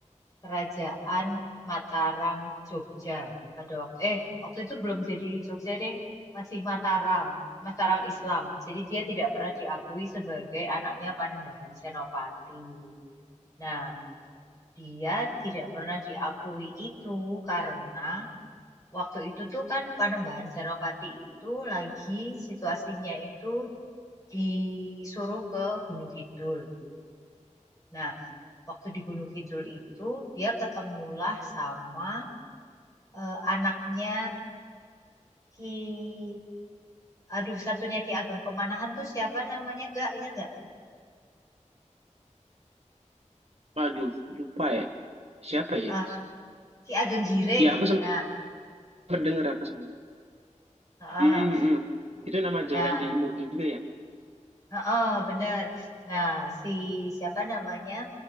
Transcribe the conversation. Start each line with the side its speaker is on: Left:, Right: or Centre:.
Left: Kerajaan Mataram Jogja pada waktu eh waktu itu belum jadi Jogja deh masih Mataram Mataram Islam jadi dia tidak pernah diakui sebagai anaknya Panembahan Senopati. Nah dia tidak pernah diakui itu karena Waktu itu tuh kan Panembahan Senopati itu lagi situasinya itu disuruh ke Gunung Kidul. Nah, waktu di Gunung Kidul itu dia ketemulah sama eh, anaknya Ki Aduh, satunya Ki Ageng Pemanahan tuh siapa namanya? Gak inget gak?
Right: Aduh, lupa ya. Siapa ya?
Left: Eh, Ki Ageng Giring.
Right: Ya aku sempat
Left: Nah,
Right: denger aku sempat.
Left: heeh.
Right: Hmm, hmm. Itu nama
Left: Nah,
Right: jalan di Imogi juga ya.
Left: heeh, bener. Nah, si siapa namanya?